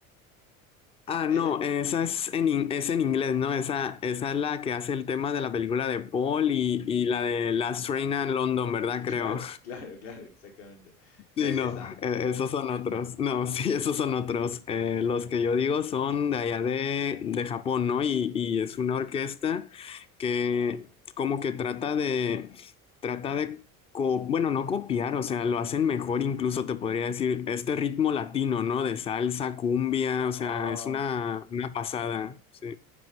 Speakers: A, on the left; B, on the left.
A: Ah,
B: Es
A: no,
B: la-
A: esa es en, in- es en inglés, ¿no? Esa, esa es la que hace el tema de la película de Paul y, y la de Last Train a London, ¿verdad?
B: <laughs> Claro,
A: Creo.
B: claro, claro, exactamente. No
A: Sí,
B: es
A: no,
B: esa.
A: eh, esos son otros. No, <laughs> sí, esos son otros. Eh, los que yo digo son de allá de, de Japón, ¿no? Y, y es una orquesta que como que trata de, trata de, co- bueno, no copiar, o sea, lo hacen mejor, incluso te podría decir, este ritmo latino, ¿no? De salsa, cumbia,
B: Oh,
A: o sea, es una, una pasada, sí.